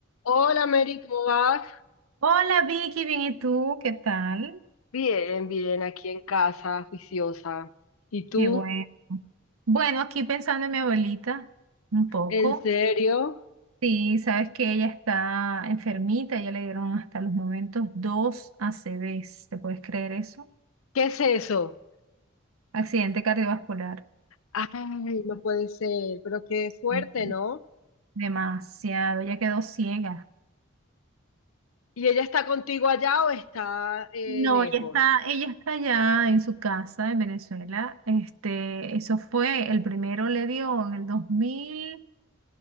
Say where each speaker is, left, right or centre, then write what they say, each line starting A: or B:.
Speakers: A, on the left; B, on the right.
A: Hola Mary, ¿cómo vas?
B: Hola Vicky, bien, ¿y tú? ¿Qué tal?
A: Bien, bien, aquí en casa, juiciosa. ¿Y tú?
B: Qué bueno. Bueno, aquí pensando en mi abuelita, un poco.
A: ¿En serio?
B: Sí, sabes que ella está enfermita, ya le dieron hasta los momentos dos ACVs, ¿te puedes creer eso?
A: ¿Qué es eso?
B: Accidente cardiovascular.
A: Ay, no puede ser, pero qué fuerte,
B: Sí.
A: ¿no?
B: Demasiado, ya quedó ciega.
A: ¿Y ella está contigo allá o está eh,
B: No,
A: lejos?
B: ella está, ella está allá en su casa en Venezuela. Este, eso fue, el primero le dio en el dos mil